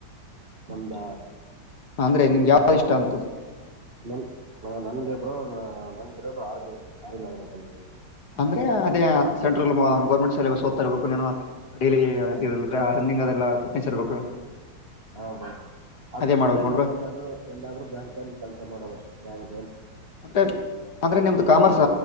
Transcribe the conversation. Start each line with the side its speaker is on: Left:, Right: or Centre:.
Right: ನನ್ನ ದ
Left: ಅಂದ್ರೆ ನಿ್ಗೆ ಯಾವ್ದ್ ಇಷ್ಟ ಅಂತದ
Right: ನ ನನ್ಗೆಬ್ರು ನನ್ಗಿರೋದು ಆರ್ ಅರಿಮಿ ಮಾಡಗಟೇಿ <unintelligible>
Left: ಅ್ರೆ ಅದೇ ಸೆಂಟ್ರಲ್ ಗೌರ್ಮೆಂಟ್ ಸೆಬಸ್ ಓದ್ಾ ಇರಬೇಕು ಡೈಲಿ ರನ್ನಿಂಗ್ ಅದೆಲ್ಲ ಫಿಟ್ನೆಸ್ ಇರ್ಬೇಕು
Right: ಹಬಾ ಅದ್
Left: ಅದೇ
Right: ಬಿಟ್ಟ್ರೆ
Left: ಮಾಡ್ಬೇಕು ನೋಡ್ಬ್ರ
Right: ನಾನು ಎಲ್ಲಾದ್ರರು ಎಲ್ಲಾದ್ರರು ಗಂಟೆಯಲ್ಲಿ ಕೆಲ್ಸ ಮಾಡೋದು ಯವು
Left: ಅಂದ್ರೆ ಅಂದ್ರೆ ನಿಮ್ದು ಕಾಮರ್ಸ್